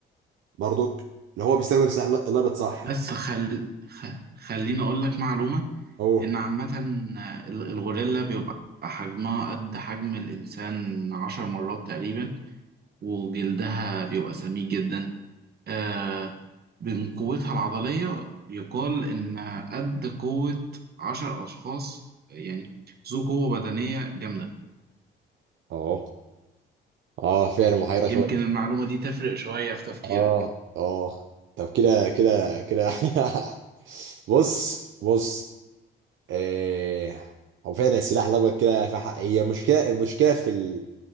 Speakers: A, on the right (about 75°); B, on the right (about 55°).
A: برضك لو هو بيستخدم سلاح لا- لابط صح
B: بس خل... خ... خليني أقول لك معلومة
A: اوه
B: إن عامة ال- الغوريلا بيبقى حجمها قد حجم الإنسان عشر مرات تقريبا وجلدها بيبقى سميك جدا آه، من قوتها العضلية يقال إن قد قوة عشر أشخاص يعني ذو قوة بدنية جامدة
A: اه اه فعلا محيرة
B: يمكن
A: شوية
B: المعلومة دي تفرق شوية في تفكيرك
A: اه اه طب كده كده كده <laughs> بص بص آه هو فعلا السلاح الأبيض كده في حق هي مشكلة المشكلة في ال...